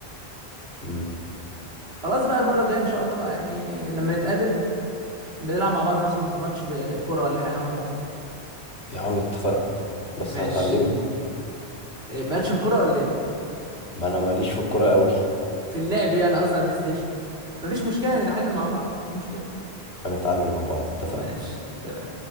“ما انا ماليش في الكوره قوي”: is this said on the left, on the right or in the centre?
Left